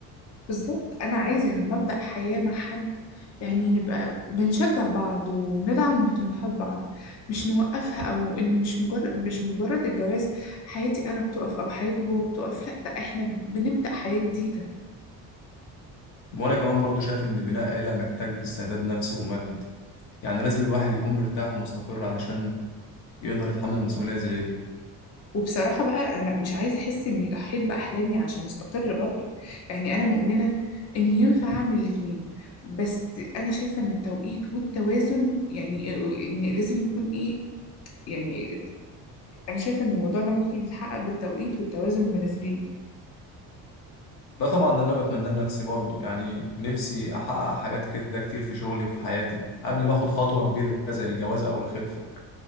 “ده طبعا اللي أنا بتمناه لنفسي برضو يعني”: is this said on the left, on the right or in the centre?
Left